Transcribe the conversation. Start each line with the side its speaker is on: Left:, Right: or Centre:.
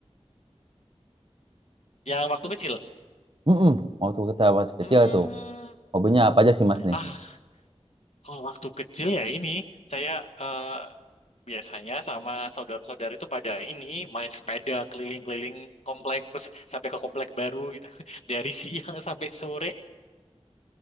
Left: Yang waktu kecil.
Right: Mm-mm, Waktu kita masih kecil
Left: Hmm,
Right: itu hobinya apa aja sih Mas nih?
Left: ah, kalau waktu kecil ya ini saya eh, biasanya sama saudara-saudara itu pada ini main sepeda keliling-keliling komplek terus sampai ke komplek baru gitu <laughs> dari siang sampai sore